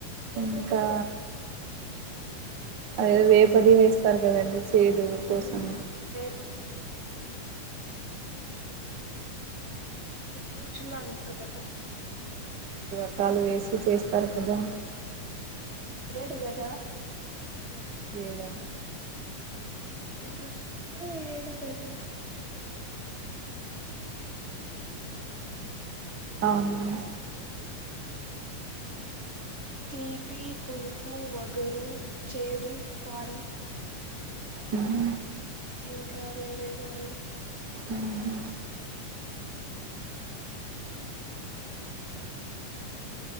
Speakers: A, on the right; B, on the right.
A: ఇంకా అదే వేపది వేస్తారు కదండి చేదు కోసం
B: ఆ వేప ఫూత షెడ రుచుల్లో అంటారు కదా
A: పట్టాలు వేసి చేస్తారు కదా
B: ఏడు కదా
A: ఏడా
B: షడ్ రుచులు ఏడు కదా
A: అవును
B: థిపి పులుపు వ గరు చేడు కారం
A: ఉమ్
B: ఇంకా రెండే ఇవో ఉనయ్
A: ఉమ్